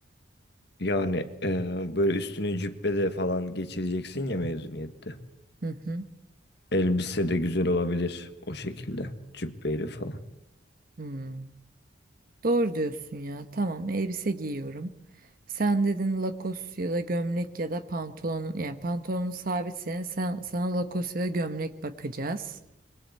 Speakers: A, on the left (about 55°); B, on the right (about 45°).
A: Yani e, böyle üstüne cübbe de falan geçireceksin ya mezuniyette.
B: Hı hı.
A: Elbise de güzel olabilir o şekilde. Cübbeyle falan.
B: Hmm. Doğru diyorsun ya. Tamam, elbise giyiyorum. Sen dedin lakos ya da gömlek ya da pantolonun yani pantolonun sabit senin sen, sana lakos ya da gömlek bakacağız.